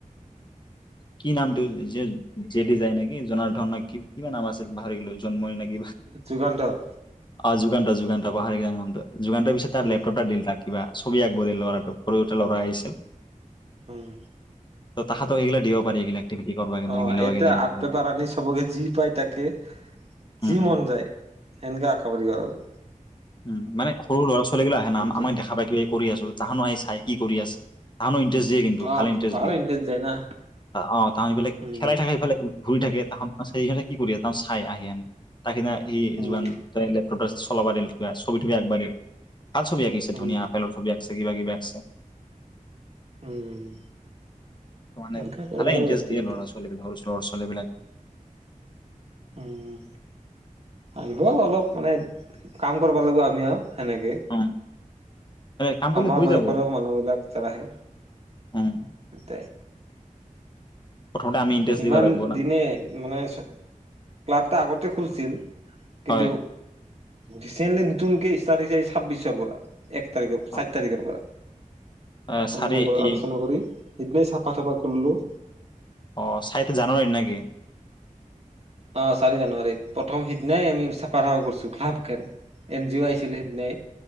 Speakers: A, on the left; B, on the right.
A: কি নামটো যে জেদি যায় নেকি? জনাৰ ধন ন কিবা নাম আছিল পাহৰিলৈ জন্মই নি।
B: যুগান্তৰ
A: অ যুগান্ত যুগান্ত পাহাৰিকাৰ নামটো। যুগান্ত পিছে তাৰ
B: উম
A: লেপটপটা দিলাক। কিবা ছবি আঁকব দি ল'ৰাটো সৰুতে ল'ৰা আহিছিল।
B: উম।
A: তাহাতক এইগিলা দিব পাৰি এইিলাক একটিভিটি কৰিব
B: অ এটা আৰ্ট
A: কাৰনে।
B: পেপাৰ আনি চবকে যি পায় তাকে,
A: উম
B: যি
A: উম
B: মন যায় সেনেকে আঁকাব দিবা লাগব।
A: উম মানে সৰু ল'ৰা ছোৱালীগিলা আহে
B: সেইটোৱে
A: না আমাক দেখা পায়াইিবা এই কৰি আছো তাহানো আহি চাই। কি কৰি আছে আন। দিয়ে কিন্তু
B: অ
A: ভালে ইন্টাৰেষ্ট
B: পাহৰি
A: দিয়ে
B: ইণ্টাৰেষ্ট যায় না
A: অ তাহ সফালে
B: উম
A: খেলাই থাকাই হেফালে। ঘূৰি থাকে তাহেই কি কৰি ত চাই আহি আনে। ত সিদিনা সি
B: উম
A: যোগান। চলাবা দিল। ছবি থুমি আকবাৰ। ভাল ছবি আঁকিছে
B: উম
A: ধুনীয়া আপেলৰ ছবি আঁকিছে। কিবা কিবা আকছে।
B: উম।
A: মানে
B: এনেকা কৰিব
A: ভালে
B: লাগিব
A: ইণ্টাৰেষ্ট
B: এক্টিভিটি
A: দিয়ে ল'ৰা ছোৱালীক সৰু ছোৱ। ছোৱালী বিলাক।
B: উম আহিব অলপ মানে কাম কৰিব লাগিব আমি আৰু। হয়েনেকে।
A: অ কাম কৰিলে
B: আমাৰ
A: হৈ
B: বয়সৰ
A: যাব
B: মানুহবিলাক চল আহে।
A: উম।
B: এট।
A: প্ৰথমতে আমি ইণ্টাৰেষ্ট
B: ইমান
A: দিব লাগিব না
B: দিনে মানে। এটা আগতে খুলছিল। কিন্তু।
A: হয়
B: ৰিচেন্টলি নতুনকেষ্টাৰ্ট হৈছে ছাব্বিশৰ পৰা। এক তাৰখৰ পৰা
A: অ
B: চাত তাৰিখৰ পৰা।
A: এ চাৰি
B: আমি আগ
A: এই
B: আলোচনা কৰি। সেইদিনাই চাফা চাফা কৰিলোঁ।
A: অ চাইতে জানোৱাৰিত নেকি?
B: অ চাৰি জানুৱাৰীত প্ৰথম সিদিনাই আমি পাৰ কৰিছো ক্লাবখন। এন জি অ আহছিল সেইদিনে।